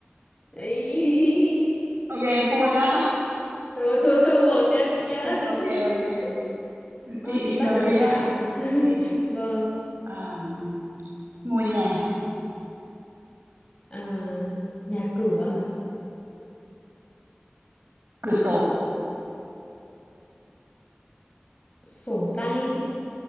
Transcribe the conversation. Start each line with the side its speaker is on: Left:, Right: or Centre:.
Left: Ấy.
Right: OK, thua nhá.
Left: thua thua thua một nha chị nha <laughs>
Right: OK, OK.
Left: ờ,
Right: Chị
Left: chị bắt
Right: đầu
Left: đầu
Right: tiên
Left: đi
Right: nhá.
Left: ạ <laughs>
Right: OK.
Left: vâng
Right: ờm, ngôi nhà,
Left: Ờ, nhà cửa
Right: cửa sổ.
Left: sổ tay